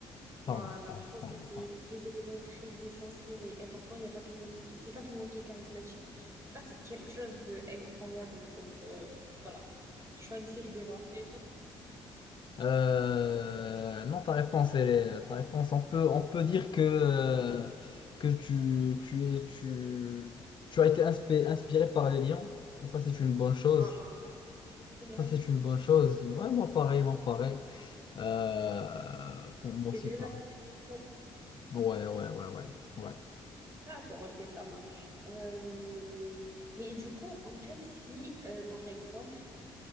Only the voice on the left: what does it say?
Pas
mal, pas mal,
pas mal.
Euh, non, ta réponse, elle est, ta réponse, on peut, on peut dire que, euh, que tu, tu es, tu, tu as été inspi- inspiré par les lions. Et ça, c'est une bonne chose.
Ça, c'est une bonne chose. Ouais, moi, pareil, moi, pareil. Euh, bon, moi
aussi,
pareil.
Ouais, ouais, ouais, ouais. Ouais.